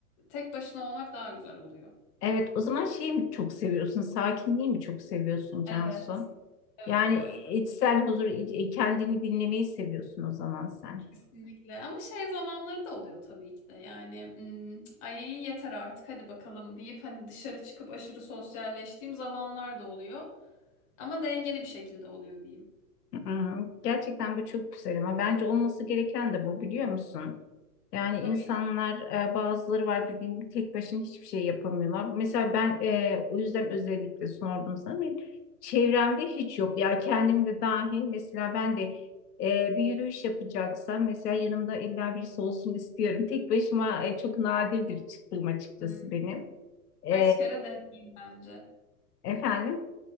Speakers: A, on the left (about 20°); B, on the left (about 85°).
A: tek başına olmak daha güzel oluyor.
B: Evet, o zaman şeyi mi çok seviyorsun? Sakinliği mi çok seviyorsun Cansu?
A: Evet, evet,
B: Yani
A: evet. evet.
B: içsel huzur, iç- e, kendini dinlemeyi seviyorsun o zaman sen.
A: Kesinlikle. Ama şey zamanları da oluyor tabii ki de. Yani "Hmm, ay yeter artık hadi bakalım deyip hani dışarı çıkıp aşırı sosyalleştiğim zamanlar da oluyor. Ama dengeli bir şekilde oluyor diyeyim.
B: Hmm, gerçekten bu çok güzel ama bence olması gereken de bu biliyor musun? Yani
A: Tabii
B: insanlar
A: ki.
B: e, bazıları var bildiğin gibi tek başına hiçbir şey yapamıyorlar. Mesela ben e, o yüzden özellikle sordum sana. Benim çevremde hiç yok. Ya kendim de dahil mesela ben de e, bir yürüyüş yapacaksam mesela yanımda illa birisi olsun istiyorum. Tek başıma e, çok nadirdir çıktığım açıkçası
A: Hmm.
B: benim.
A: Kaç
B: E,
A: kere deneyim bence.
B: efendim?